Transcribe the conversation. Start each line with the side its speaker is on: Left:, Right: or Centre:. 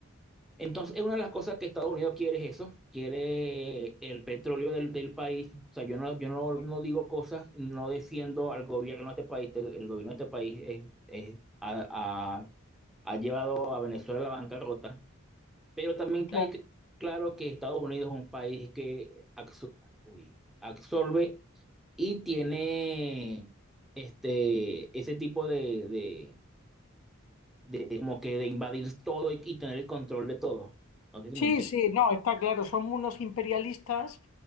Centre: Entonces, es una de las cosas que Estados Unidos quiere es eso, quiere el petróleo del, del país. O sea, yo no, yo no,
Left: vale,
Centre: no digo cosas, no defiendo al gobierno de este país. El el gobierno de este país es- es- ha, ha- ha llevado a Venezuela a la bancarrota. Pero también
Left: claro.
Centre: hay que, claro que Estados Unidos es un país que absor- uy, absorbe y tiene este, ese tipo de, de- de como que de invadir todo y, y tener el control de todo. No sé si
Left: Sí,
Centre: me
Left: sí, no, está claro, son unos imperialistas